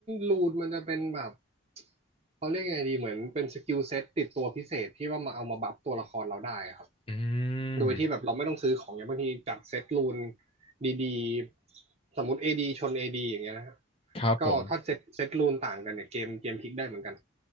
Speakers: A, on the right; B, on the left.
A: รูนมันจะเป็นแบบเขาเรียกยังไงดีเหมือนเป็นสกิลเซ็ตติดตัวพิเศษที่ว่ามาเอามาบัฟตัวละครเราได้อะครับ
B: อื
A: โดยที่แบบเราไม่ต้องซื้อของอย่างบางทีจัดเซตรูน
B: ม
A: ดีๆสมมติ AD ชน AD อดีอย่างเงี้ยนะฮะ
B: ครับผม
A: ก็ถ้าเซตเซตรูนต่างกันเนี่ยเกมเกมพลิกได้เหมือนกัน